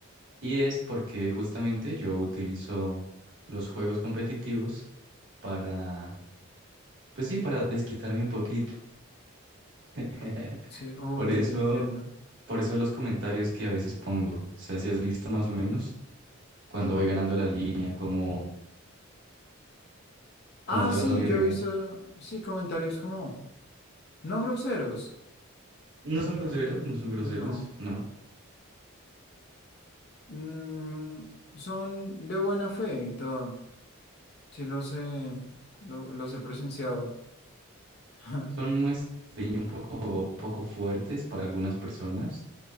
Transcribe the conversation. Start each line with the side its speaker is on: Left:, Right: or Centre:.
Right: Y es porque justamente yo utilizo los juegos competitivos para, pues sí, para desquitarme un poquito. <laughs>
Left: Sí, ok,
Right: Por eso,
Left: entiendo.
Right: por eso los comentarios que a veces pongo, o sea, si has visto más o menos cuando voy ganando la línea, cómo, cómo
Left: Ah,
Right: trato
Left: sí,
Right: a mi
Left: yo
Right: rival.
Left: he visto, sí, comentarios como, no groseros,
Right: No son groseros, no son groseros,
Left: no,
Right: no.
Left: mm, son de buena fe y todo, sí los he, lo- los he presenciado. <laughs>
Right: Son muestras un poco, un poco fuertes para algunas personas,